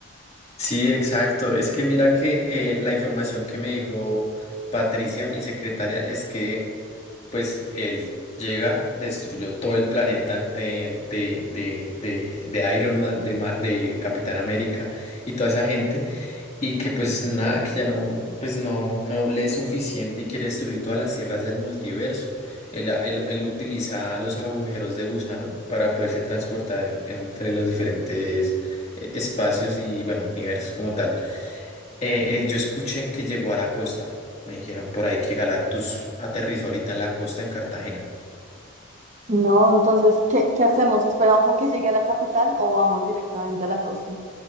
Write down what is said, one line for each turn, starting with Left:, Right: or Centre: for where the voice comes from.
Left: Sí, exacto. Es que mira que eh, la información que me dijo Patricia, mi secretaria, es que pues él llega, destruyó todo el planeta eh, de, de, de, de Iron Man, de, Ma- de Capitán América y toda esa gente. Y que pues nada, que ya no, pues no, no le es suficiente y quiere destruir todas las tierras del multiverso. Él, él- él utiliza los agujeros de gusano para poderse transportar en- entre los diferentes eh, espacios y bueno, universos como tal. Eh, eh, yo escuché que llegó a la costa. Me dijeron por ahí que Galactus aterrizó ahorita en la costa en Cartagena.
Right: No, entonces, ¿qué, qué hacemos? ¿Esperamos a que llegue a la capital o vamos directamente a la costa?